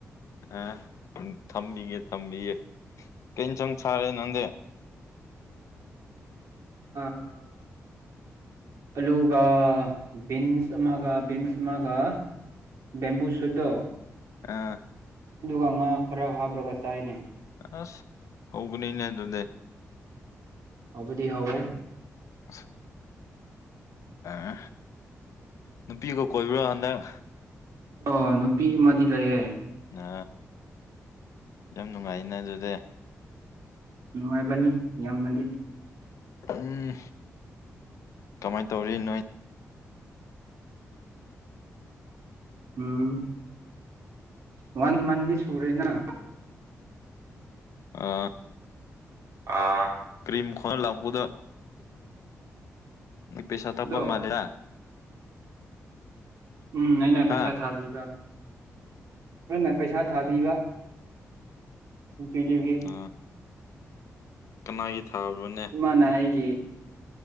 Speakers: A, on the left; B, on the right.
A: ꯑꯥ ꯎꯝ ꯊꯝꯕꯤꯌꯦ ꯊꯝꯕꯤꯌꯦ ꯀꯩ ꯑꯦꯟꯁꯥꯡ ꯆꯥꯔꯦ ꯅꯪꯗꯤ
B: ꯑꯥ ꯑꯂꯨꯒ ꯕꯤꯟꯁ ꯑꯃꯒ ꯕꯤꯟꯁ ꯑꯃꯒ ꯕꯦꯝꯕꯨ ꯁꯣꯏꯗꯣ
A: ꯑꯥ
B: ꯑꯗꯨꯒ ꯉꯥ ꯈꯔ ꯍꯥꯞꯔꯒ ꯆꯥꯏꯅꯦ
A: ꯑꯁ ꯍꯥꯎꯕꯅꯤ ꯅꯦ ꯑꯗꯨꯗꯤ
B: ꯍꯥꯎꯕꯗꯤ ꯍꯥꯎꯋꯦ
A: <inaudible> <unintelligible> ꯑꯦ ꯅꯨꯄꯤꯒ ꯀꯣꯏꯕ꯭ꯔꯣ ꯍꯟꯗꯛ
B: ꯑꯣ ꯅꯨꯄꯤ ꯑꯃꯗꯤ ꯂꯩꯌꯦ
A: ꯑ ꯌꯥꯝ ꯅꯨꯡꯉꯥꯏꯅ ꯑꯗꯨꯗꯤ
B: ꯅꯨꯡꯉꯥꯏꯕꯅꯤ ꯌꯥꯝꯅꯗꯤ
A: ꯎꯝ ꯀꯃꯥꯏ ꯇꯧꯔꯤ ꯅꯣꯏ
B: ꯎꯝ ꯋꯥꯟ ꯃꯟꯗꯤ ꯁꯨꯔꯦꯅ
A: ꯑꯥ
B: ꯑꯥ
A: ꯀ꯭ꯔꯤꯝ ꯈꯣꯜꯂꯥ ꯂꯛꯄꯗ
B: ꯁꯨ
A: ꯅꯨꯞ ꯄꯩꯁꯥ ꯊꯞꯄ
B: ꯑꯗꯣ
A: ꯃꯥꯂꯦꯗꯥ
B: ꯎꯝ ꯑꯩꯅ ꯄꯩꯁꯥ
A: ꯍꯥ
B: ꯊꯥꯕꯤꯕ ꯅꯪꯅ ꯄꯩꯁꯥ ꯊꯥꯕꯤꯕ ꯅꯨꯄꯤꯗꯨꯒꯤ
A: ꯑꯥ ꯀꯅꯥꯒꯤ ꯊꯥꯕ꯭ꯔꯥꯅꯦ
B: ꯃꯥꯅ ꯑꯩꯒꯤ